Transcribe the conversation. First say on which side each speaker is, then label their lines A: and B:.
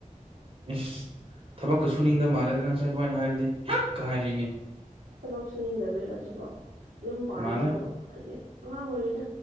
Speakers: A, on the right; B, on the right.
A: ꯏꯁꯁ ꯊꯕꯛꯀ ꯁꯨ ꯅꯤꯡꯗ ꯃꯥꯜꯂꯦꯗ ꯅꯪꯁꯦ ꯑꯗꯨꯃꯥꯏꯅ ꯍꯥꯏꯔꯗꯤ ꯀ ꯍꯥꯏꯔꯤꯛꯏꯅꯤ
B: ꯊꯕꯛ ꯁꯨꯅꯤꯡꯗꯕꯩꯔꯣ ꯑꯁꯤꯕꯣ ꯌꯨꯝ ꯄꯥꯟꯕꯕꯨ
A: ꯃꯥꯜꯂꯦ
B: ꯍꯥꯏꯗꯤ ꯑꯉꯥꯡ ꯑꯣꯏꯔꯤꯗ